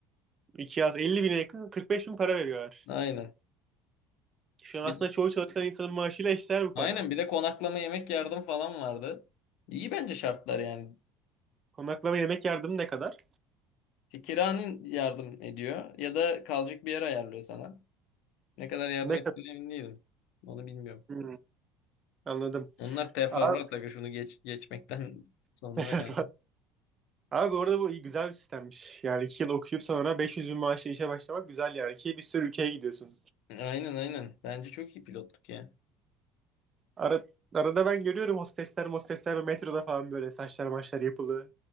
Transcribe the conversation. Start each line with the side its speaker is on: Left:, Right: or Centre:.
Right: 2 yaz 50 bine yakın 45 bin para veriyorlar.
Left: Aynen.
Right: Şu an
Left: Bir,
Right: aslında çoğu çalışan insanın maaşıyla eşdeğer bu
Left: aynen
Right: para.
Left: bir de konaklama yemek yardım falan vardı. İyi bence şartlar yani.
Right: Konaklama yemek yardımı ne kadar?
Left: E, Kiranın yardım ediyor ya da kalacak bir yer ayarlıyor sana. Ne kadar yardım
Right: Ne
Left: ettiğine
Right: kadar?
Left: emin değilim. Onu bilmiyorum.
Right: Hmm, anladım.
Left: Onlar teferruat
Right: Abi,
Left: da şunu geç, geçmekten <laughs> sonra
Right: <laughs>
Left: yani.
Right: abi bu arada bu iyi, güzel bir sistemmiş. Yani 2 yıl okuyup sonra 500 bin maaşla işe başlamak güzel yani. Ki bir sürü ülkeye gidiyorsun.
Left: Aynen aynen. Bence çok iyi pilotluk ya.
Right: Ara, arada ben görüyorum hostesler mostesler ve metroda falan böyle saçlar maçlar yapılı.